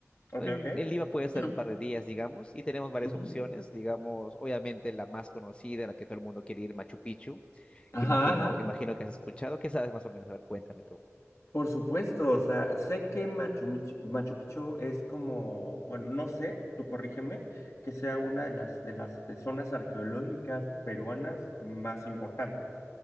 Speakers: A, on the left (about 60°); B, on the left (about 20°).
A: ok,
B: En,
A: ok.
B: en Lima puedes
A: <clears throat>
B: estar un par de días, digamos, y tenemos varias
A: Ujú.
B: opciones, digamos, obviamente la más conocida, la que todo el mundo quiere ir, Machu Picchu.
A: Ajá,
B: Imagino,
A: ajá.
B: imagino que has escuchado, ¿qué sabes más o menos? A ver, cuéntame tú.
A: Por supuesto, o sea, sé que Machu, Mich- Machu Picchu es como, bueno, no sé, tú corrígeme, que sea una de las, de las eh, zonas arqueológicas peruanas más importantes.